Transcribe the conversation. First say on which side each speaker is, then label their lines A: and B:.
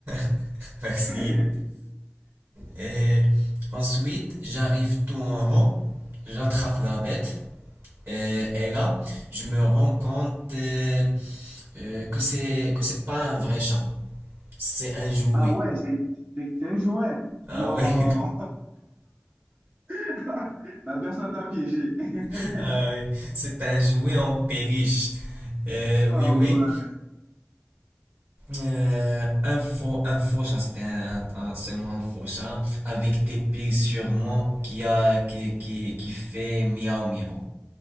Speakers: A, on the right; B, on the right.
A: <laughs>
B: <laughs>
A: merci. Et ensuite, j'arrive tout en haut, j'attrape la bête, et, et là, je me rends compte euh, euh, que c'est que c'est pas un vrai chat, c'est un jouet.
B: Ah ouais, c'est c'est- c'est un jouet.
A: Ah
B: Non,
A: oui,
B: <laughs> la personne t'a piégé. <laughs>
A: <laughs> ah oui, c'est un jouet en peluche. Euh,
B: Oh
A: oui, oui.
B: ouais.
A: Euh, un faux, un faux chat, c'était un- un- seulement un faux chat, avec des pics sûrement qui a, qui, qui, qui fait miaou miaou.